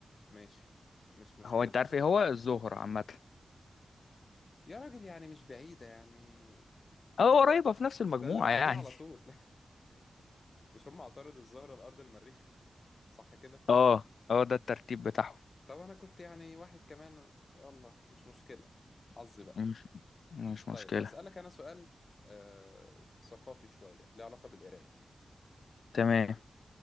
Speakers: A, on the left; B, on the left.
A: ماشي مش مشكلة
B: هو انت عارف ايه هو الزهرة عامة
A: يا راجل يعني مش بعيدة يعني
B: اه قريبة في نفس المجموعة
A: ده اللي بعديه
B: يعني
A: على طول <laughs> مش هم عطارد الزهرة الأرض المريخ صح كده
B: <laughs> اه اه ده الترتيب بتاعهم
A: طب أنا كنت يعني واحد كمان يلا مش مشكلة حظي بقى
B: مش مش
A: طيب
B: مشكلة
A: أسألك أنا سؤال آه... ثقافي شوية له علاقة بالقراية
B: تمام